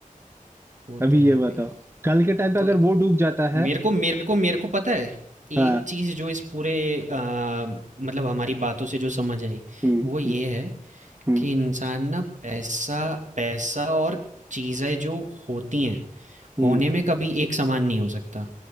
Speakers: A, on the right; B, on the right.
A: वो
B: अभी
A: तो है
B: ये बताओ
A: भाई
B: कल के टाइम पे
A: तो
B: अगर वो डूब जाता है
A: मेरे को मेरे को मेरे को पता है एक
B: हाँ
A: चीज जो इस पूरे आ, मतलब हमारी बातों से जो समझ आई
B: हम्म
A: वो ये
B: हम्म
A: है
B: हम्म
A: कि इंसान ना पैसा पैसा और चीजें जो होती हैं
B: हम्म
A: होने में कभी एक समान नहीं हो सकता